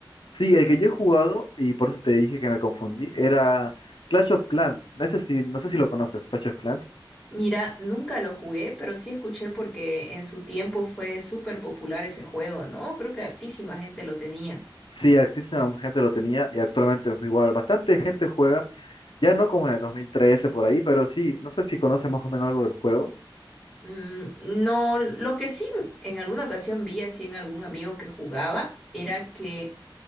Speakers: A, on the left (about 70°); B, in the centre.
A: sí, el que yo he jugado y por eso te dije que me confundí, era Clash of Clans. No sé si, no sé si lo conoces, Clash of Clans.
B: Mira, nunca lo jugué, pero sí escuché porque en su tiempo fue súper popular ese juego, ¿no? Creo que hartísima gente lo tenía.
A: Sí, altísima gente lo tenía y actualmente es igual. Bastante gente juega, ya no como en el 2013 por ahí, pero sí, no sé si conoce más o menos algo del juego.
B: Mm, no, lo que sí en alguna ocasión vi así en algún amigo que jugaba era que